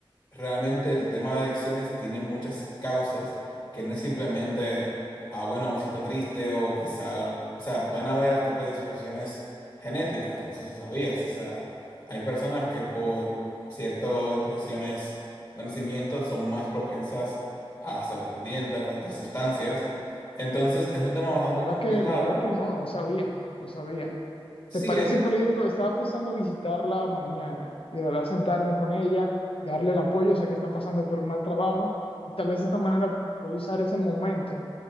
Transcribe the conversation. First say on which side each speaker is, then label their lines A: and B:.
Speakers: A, on the left; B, on the left.
A: realmente el tema de adicciones tiene muchas causas que no es simplemente, ah, bueno, me siento triste o quizá, o sea, pueden haber hasta predisposiciones genéticas, no sé si sabías, o sea, hay personas que por ciertas disposiciones de nacimiento son más propensas a ser dependientes o adictas a sustancias. Entonces, es un tema bastante
B: La verdad
A: complicado.
B: que, la verdad que no, no sabía, no sabía.
A: Sí,
B: ¿Te parece,
A: es-
B: por ejemplo, estaba pensando visitarla mañana y de verdad sentarme con ella, darle el apoyo, sé que está pasando por un mal trabajo y tal vez de esta manera puedo usar ese momento